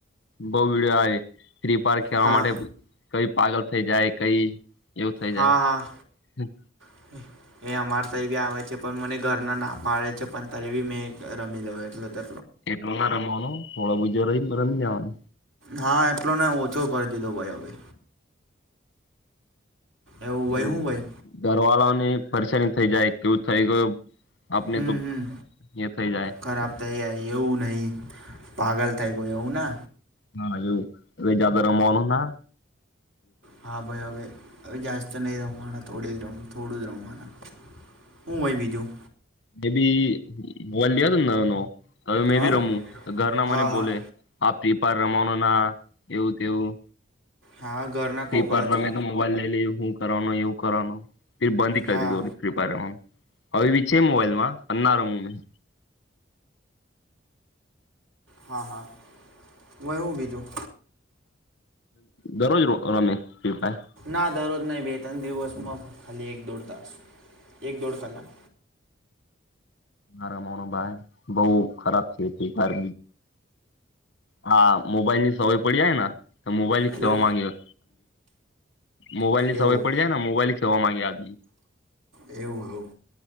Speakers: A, on the left; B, on the right.
A: બહુ વડ આવે ફ્રી ફાયર ખેડવા
B: હા
A: માટે કઈ પાગલ જાય કઈ એવું થઇ
B: હા
A: જાય
B: હા
A: હમ્મ.
B: <inaudible> એ અમાર તો એ બી આવે છે પણ મને ઘરના ના પાળે છે પણ ત્યારે બી મેં અ રમીલો એટલો તો
A: એટલો ના રમાનું થોળો ગુજો રહીને ત રમી લેવાનુ
B: હા એટલો ને ઓછો કરી દીધો ભાઈ હવે એવું ભાઈ
A: ભુ
B: હું ભાઈ
A: ઘરવાળાની પરેશાની થઈ જાય. કેવું થઈ ગયું. આપને
B: હમ્મ
A: તો
B: હમ્મ
A: એ થઈ જાય
B: ખરાબ થઈ આઈ એવું નહીં પાગલ થઈ ગયો એવું ને
A: હા એવું. એટલે જાથદા રમાનું ના.
B: હા ભાઈ અવે અવે જાસ્ત નહી રમવાના થોડી જ રમુ થોડું જ રમવાના હું હોય બીજું
A: મે બી બોલ્યો હતો ને નવો નવ હવે મેં
B: હા
A: ભી રમું તો ઘરના
B: હા
A: મને બોલે
B: હા
A: આપી ફ્રી ફાયર રમવાનું ના એવું તેવું
B: હા ઘરના
A: ફ્રી
B: કોકલા
A: ફાયર રમે
B: છે
A: તો મોબાઈલ લઈ લે હું. કરવાનું એવું કરવાનું એ બંધી કરી
B: હા
A: દો કૃપારમ હવે બી છે મોબાઈલમાં અના રમું મેં
B: હા હા હોય હું બીજું
A: દરરોજ રમે ફ્રી ફાયર
B: ના દરરોજ નહીં બે ત્રણ દિવસમાં ખાલી એક દોઢ તાસ એક દોડ કલાક
A: મારામનો ભાઈ બહ ખરાબથી ફ્રી ફાયર હા મોબાઈલની સવે પડી જાયને કે મોબાઈલ બી
B: હેલો
A: કેવા માંગ્યો મોબાઈલની
B: એવું
A: સમય પડી જાય ને મોબાઈલની તોવા માંગ્યા જ
B: એવું હું